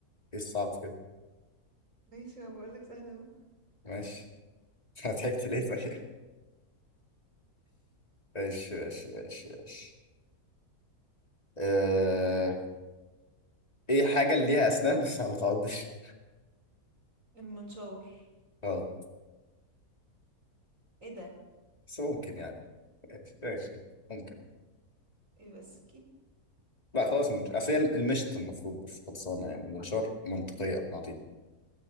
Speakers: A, on the left; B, on the right.
A: ايه الصعب في كده
B: ماشي ما بقول لك سهلة اهو
A: ماشي <laughs> انا ضحكت ليه طيب <laughs> ماشي ماشي ماشي ماشي أه... ايه حاجة اللي ليها اسنان بس ما بتعضش
B: المنشور
A: غلط
B: ايه ده
A: بس ممكن يعني ماشي ماشي ممكن
B: ايه بس
A: لا خلاص المنشار اصل هي المشط المفروض بس خلصانة يعني المنشار منطقية عظيمة